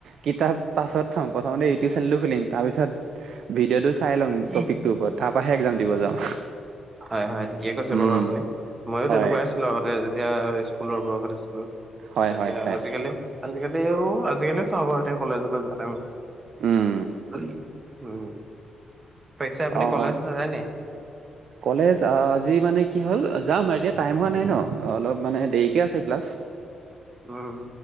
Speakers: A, on the right (about 60°); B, on the right (about 20°).
A: কিতাপ পাছত থওঁ। প্ৰথমতে ইউটিউব চেনেলটো খুলিম। তাৰ পিছত ভিডিঅ'টো চাই লওঁ
B: উম।
A: টপিকটোৰ ওপৰত। তাৰ পৰাহে এক্সাম দিব যাওঁ।
B: হয়, হয়, ঠিকে কৈছে
A: উম
B: বাৰু। আপুনি ময়ো
A: হয়
B: তেনেকুৱাই আছিলোঁ। আগতে যেতিয়া স্কুলৰ বয়সত।
A: হয়
B: তেতিয়া
A: হয় হয়
B: আজিকালি আজিকালিও আজিকালিও চাওঁ বাৰু এতিয়া কলেজলৈ যোৱা টাইমত।
A: উম
B: <inaudible> উম, পিছে আপুনি
A: অ
B: কলেজ
A: অ
B: নাযায় নি?
A: কলেজ আজি মানে কি হ'ল যাম, এতিয়া টাইম হোৱা নাই ন। অলপ মানে দেৰিকে আছে ক্লাছ।
B: উম,